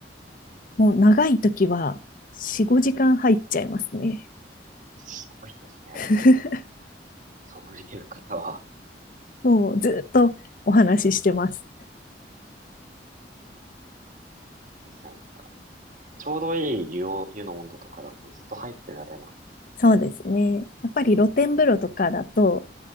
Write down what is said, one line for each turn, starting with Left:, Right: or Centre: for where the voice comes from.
Left: もう長い時は4、5時間入っちゃいますね。
Right: すごいですね、やっぱり。
Left: <laughs>
Right: ソムリエの方は。
Left: もうずっとお話ししてます。
Right: ですよ、なんか、ちょうどいい湯を、湯の温度とかだとずっと入ってられますね。
Left: そうですね。やっぱり露天風呂とかだと、